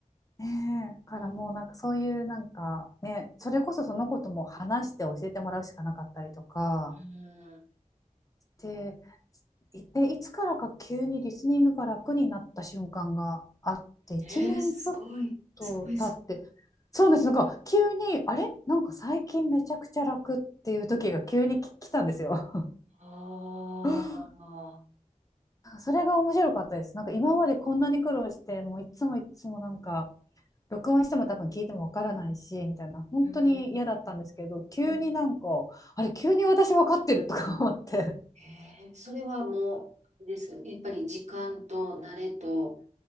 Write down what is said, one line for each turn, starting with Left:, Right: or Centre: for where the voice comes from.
Left: ねえ、からもうなんかそういうなんかね、
Right: うん。
Left: それこそそのことも話して教えてもらうしかなかったりとか、
Right: うん
Left: で、で、いつからか急にリスニングが楽になった瞬間があって、1年ちょっ
Right: えー、すごい。
Left: と経って、
Right: すごいすごい。
Left: そうなんです、なんか急に、あれなんか最近めちゃくちゃ楽っていう時が急にき来たんですよ。
Right: ああ。
Left: <laughs> それが面白かったです。なんか今までこんなに苦労して、もういつもいつもなんか、録音しても多分聞いてもわからないし、みたいな、本当に嫌だったんですけど、
Right: うんうん
Left: 急になんか、
Right: うん
Left: あれ、急に私わかってるとか思って、
Right: えー、それはもう、あれですけど、やっぱり時間と慣れと、